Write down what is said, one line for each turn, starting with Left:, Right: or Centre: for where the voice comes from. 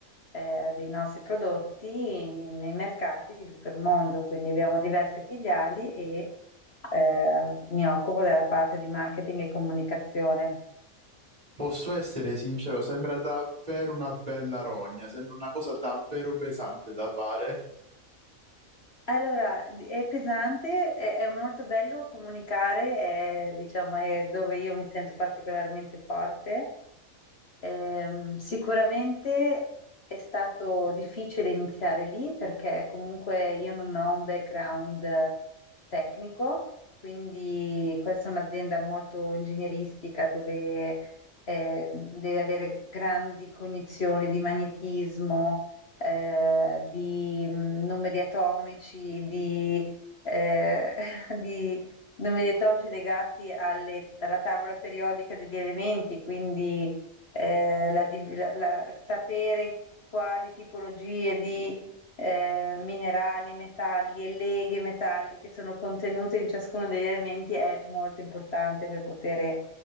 Left: eh, dei nostri prodotti nei mercati di tutto il mondo. Quindi abbiamo diverse filiali e eh, mi occupo della parte di marketing e comunicazione.
Right: Posso essere sincero, sembra davvero una bella rogna, sembra una cosa davvero pesante da fare.
Left: Allora, è pesante, è, è molto bello comunicare, è, diciamo, è dove io mi sento particolarmente forte Ehm, sicuramente è stato difficile iniziare lì perché comunque io non ho un background tecnico, quindi questa è un'azienda molto ingegneristica dove eh, deve avere grandi cognizioni di magnetismo, eh, di mm, numeri atomici, di, eh, <laughs> di numeri atomici legati alle- alla tavola periodica degli elementi, quindi eh, la div- la- la- sapere quali tipologie di eh, minerali, metalli e leghe metalliche sono contenute in ciascuno degli elementi è molto importante per poter